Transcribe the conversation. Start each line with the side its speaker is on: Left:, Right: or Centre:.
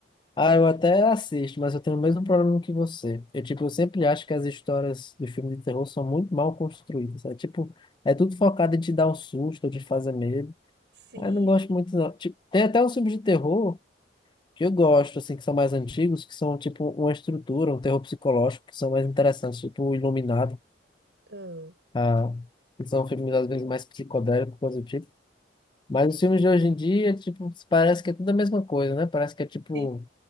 Left: Ah, eu até assisto, mas eu tenho o mesmo problema que você. Eu, tipo, eu sempre acho que as histórias do filme de terror são muito mal construídas. É tipo, é tudo focado em te dar um susto, ou te fazer medo.
Right: Sim.
Left: Ah, eu não gosto muito, não. Tipo, tem até uns filmes de terror que eu gosto, assim, que são mais antigos, que são, tipo, uma estrutura, um terror psicológico, que são mais interessantes, tipo, o Iluminado.
Right: Ah,
Left: Ah, que são filmes, às vezes, mais psicodélicos, coisa do tipo. Mas os filmes de hoje em dia, tipo, parece que é tudo a mesma coisa, né? Parece que é, tipo...
Right: sim.